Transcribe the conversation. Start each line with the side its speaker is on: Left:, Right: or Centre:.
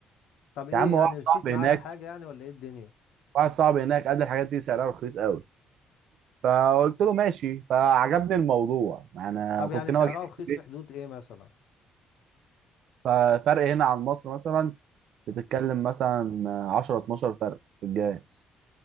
Left: طب ايه
Right: يا عم واحد
Left: يعني رسيت
Right: صاحبي
Left: معاه
Right: هناك
Left: على حاجه يعني ولا ايه الدنيا
Right: واحد صاحبي هناك قال لي الحاجات دي سعرها رخيص قوي فقلت له ماشي فعجبني الموضوع انا
Left: طب يعني
Right: كنت ناوي
Left: سعرها
Right: اجيب
Left: رخيص
Right: البيت
Left: في حدود ايه مثلا
Right: ففرق هنا عن مصر مثلا بتتكلم مثلا 10 12 فرق في الجهاز